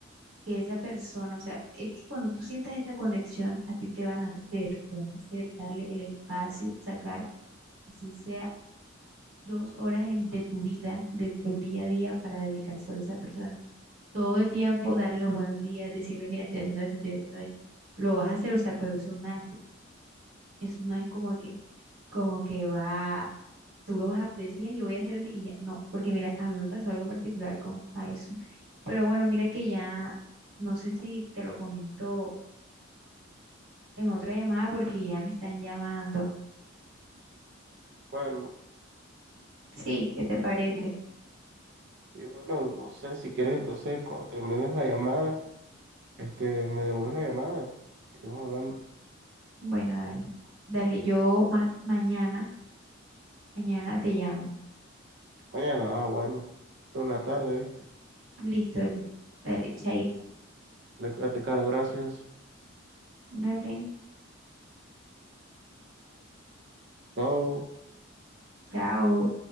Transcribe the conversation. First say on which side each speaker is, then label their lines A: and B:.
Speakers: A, on the right; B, on the right.
A: que esa persona, o sea, es que cuando tú sientas esa conexión, a ti te van a hacer, te van a hacer darle el espacio, sacar, si sea dos horas en- de tu vida, de tu día a día, para dedicar solo a esa persona. Todo el tiempo, darle los buenos días, decirle, mira, estoy haciendo esto, estoy haciendo esto. Lo vas a hacer, o sea, pero eso una eso no es como que, como que va, tú lo vas a decir, "Ay, yo voy a hacer así y ya. No, porque mira, a mí me pasó algo particular con Faison. Pero bueno, mira que ya, no sé si te lo comento en otra llamada porque ya me están llamando.
B: Bueno,
A: Sí, ¿qué te parece?
B: sí, bueno, no sé, si quieres, entonces, cuando termines la llamada, este, me devuelves la llamada. Seguimos hablando
A: Bueno, dale. Dale, yo ma- mañana, mañana te llamo.
B: mañana, ah, bueno, pero en la tarde, ¿viste?
A: Listo, listo. Dale, chaito.
B: Le, te caro, gracias.
A: Dale,
B: Chao.
A: chao.